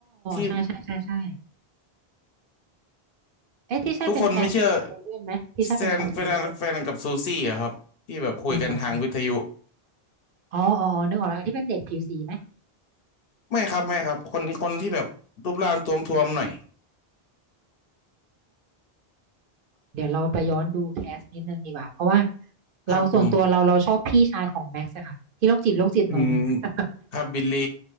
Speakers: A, on the left; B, on the right.
A: ที่
B: ใช่ใช่ใช่ใช่เอ๊ะที่ใช่เป็นแฟนเลเว่นไหมที่ใช่เป็นแฟนของเลเว่น
A: ทุกคนไม่เชื่อแซนเป็นแฟนกับซูซี่อะครับที่แบบคุยกันทางวิทยุ
B: แฟนกับซูซี่อ๋ออ๋ออ๋อนึกออกแล้วที่เป็นเด็กผิวสีไหม
A: ไม่ครับไม่ครับคนที่คนที่แบบรูปร่างท้วมๆหน่อย
B: เดี๋ยวเราไปย้อนดูแคสนิดนึงดีกว่าเพราะว่า
A: ครับผม
B: เราส่วนตัวเราเราชอบพี่ชายของแม็กซ์อะค่ะที่โรคจิตโรคจิตหน่อยนึงอะ
A: อืมครับบิลลี่